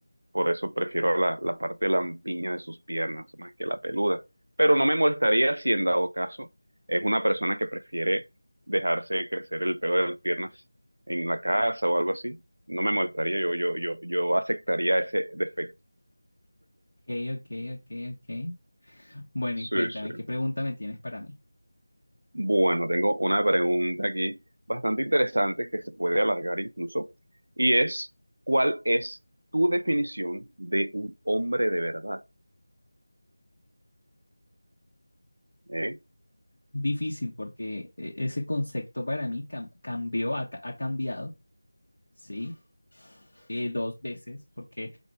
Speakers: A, on the right; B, on the left.
A: Por eso prefiero la, la parte lampiña de sus piernas más que la peluda. Pero no me molestaría si en dado caso es una persona que prefiere dejarse crecer el pelo de las piernas en la casa o algo así. No me molestaría, yo, yo, yo, yo aceptaría ese defecto.
B: Ok, ok, ok, ok. Bueno, y
A: Sí,
B: cuéntame,
A: sí.
B: ¿qué pregunta me tienes para mí?
A: Bueno, tengo una pregunta aquí bastante interesante que se puede alargar incluso, y es, ¿cuál es tu definición de un hombre de verdad? ¿Eh?
B: difícil porque eh, ese concepto para mí cam- cambió, ha, ca- ha cambiado, ¿sí? Eh, dos veces, porque